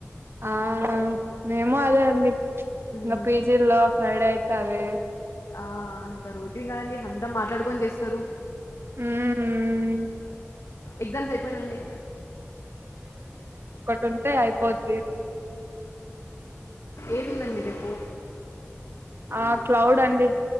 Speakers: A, on the right; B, on the left.
A: ఆ మేం మాదే అండి
B: మ్మ్.
A: ఇగ పీజిల్లో ఫ్రైడే అయి సరే
B: ఆ ఇంకా రోడ్నిగానీ అంతా మాట్లాడుకొని చేస్తారు
A: ఉమ్
B: ఎగ్జామ్స్ అయిపోయినండి
A: టుంటే అయిపోద్
B: ఏదుండండి రేపు
A: ఆ క్లౌడ్ అండి